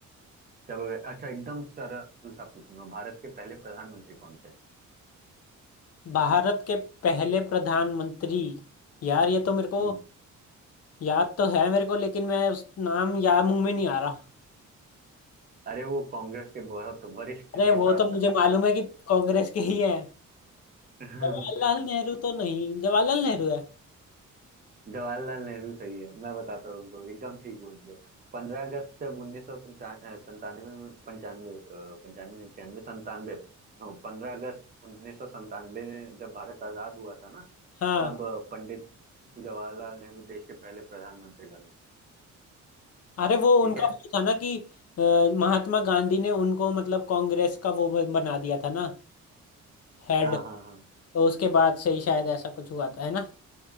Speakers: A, on the right; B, on the left.
A: चलो अच्छा एकदम सरल सा पूछूंगा भारत के पहले प्रधानमंत्री कौन थे
B: भारत के पहले प्रधानमंत्री यार ये तो मेरे को
A: हम्म,
B: याद तो है मेरे को लेकिन मैं उस नाम याद मुंह में नहीं आ रहा
A: अरे वो कांग्रेस के बहुत वरिष्ठ
B: अरे
A: नेता
B: वो तो मुझे
A: थे
B: मालूम है कि कांग्रेस के ही है
A: <laughs> हाँ,
B: जवाहरलाल नेहरू तो नहीं जवाहरलाल नेहरू है
A: जवाहरलाल नेहरू सही है मैं बताता हूँ तुमको एकदम ठीक बोल रहे हो पंद्रह अगस्त जब उन्नीस सौ संतानवे में पंचानवे अ, पंचानवे नहीं, छियानवे संतानवे पंद्रह अगस्त उन्नीस सौ संतानवे में जब भारत आजाद हुआ था ना
B: हाँ
A: तब अ, पंडित जवाहरलाल नेहरू देश के पहले प्रधानमंत्री बने थे
B: अरे वो
A: ठीक
B: उनका
A: है
B: वो था ना कि अ, महात्मा गांधी ने उनको मतलब कांग्रेस का वो ब- बना दिया था ना हेड
A: हाँ हाँ हाँ
B: तो उसके बाद से ही शायद ऐसा कुछ हुआ था है ना